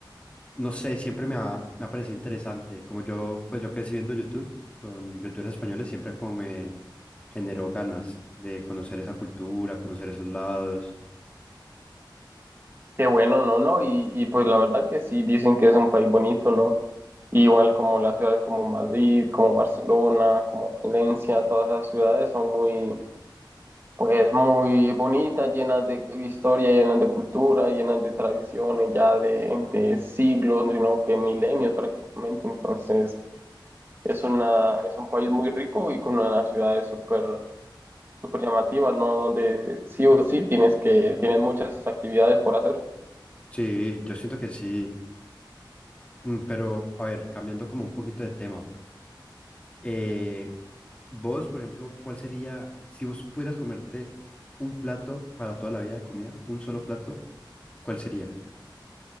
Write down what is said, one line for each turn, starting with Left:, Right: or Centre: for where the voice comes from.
Left: no sé, siempre me ha, me ha parecido interesante. Como yo, pues yo crecí viendo YouTube con youtubers españoles, siempre como me generó ganas de conocer esa cultura, conocer esos lados.
Right: Qué bueno, ¿no? ¿No? Y, y pues la verdad que sí, dicen que es un país bonito, ¿no? Igual como las ciudades como Madrid, como Barcelona, como Valencia, todas esas ciudades son muy Pues muy bonitas, llenas de historia, llenas de cultura, llenas de tradiciones ya de, de siglos, sino que milenios prácticamente. Entonces, es una, es un país muy rico y con unas ciudades súper súper llamativas, ¿no? Donde sí o sí tienes que, tienes muchas actividades por hacer.
Left: Sí, yo siento que sí. Mm, Pero, a ver, cambiando como un poquito de tema. eh, vos, por ejemplo, ¿cuál sería, si vos pudieras comerte un plato para toda la vida de comida, un solo plato, ¿cuál sería?